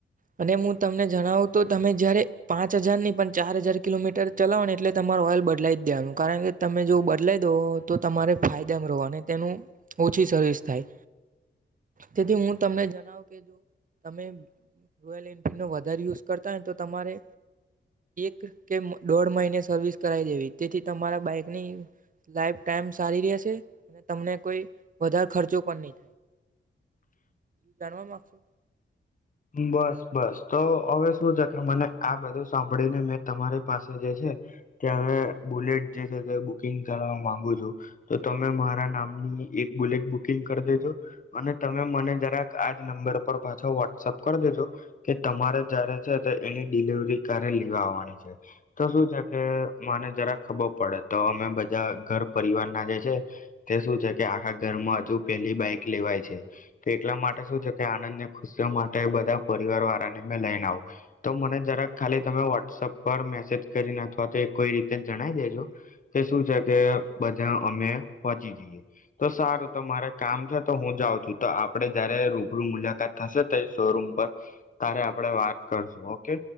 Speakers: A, on the right; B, on the left.
A: અને હું તમને જણાવું તો તમે જયારે પાંચ હજાર ની પણ ચાર હજાર કિલોમીટર ચલાવો ને એટલે તમારુ ઓઇલ બદલાય ત્યાનું કારણ કે તમે જો બદલાઈ દો, તો તમારે ફાયદામાં રહો અને તેનું ઓછી સર્વિસ થાય. જેથી હું તમને જણાવુ. કે જો તમે રોયલ એનફિલ્ડનો વધારે યુઝ કરતા તમે ઓઈલનો વધારે યુઝ કરતા હોય તો તમારે એક કે દોઢ મહિને સર્વિસ કરાવી દેવી તેથી તમારા બાઈકની લાઈફ ટાઈમ સારી રહેશે. તમને કોઈ વધારે ખર્ચો કોની જાણવા માંગશો.
B: બસ બસ તો હવે શું છે કે મને આ બધું સાંભળીને મેં તમારી પાસે જે છે તે હવે બુલેટ જે છે તે બુકિંગ કરવા માંગુ છું તો તમે મારા નામની એક બુલેટ બુકિંગ કરી દેજો અને તમે મને જરાક આજ નંબર પર પાછો વોટ્સપ કર દેજો કે તમારે જ્યારે છે એની ડિલવરી ક્યારે લેવા આવવાની છે તો શું છે કે મને જરાક ખબર પડે તો અમે બધા ઘર પરિવાર ના જે છે તે શું છે કે આખા ઘરમાં હજુ પેલી બાઈક લેવાય છે તો એટલા માટે શું છે કે આનંદ ને ખુશીઓમા એ બધા પરિવાર વાળાને મે લઈને આવું તો મને જરાક ખાલી તમે વોટ્સઅપ પર મેસેજ કરીને અથવા તો કોઈ રીતે જણાવ દેજો કે શું છે કે બધા અમે પહોંચી જઈએ તો સારું તો મારે કામ છે તો હું જાઉં છું તો આપણે જયારે રૂબરૂ મુલાકાત થશે તો ઈ શોરૂમ પર ત્ત્યારે આપણે વાત કરશું ઓકે.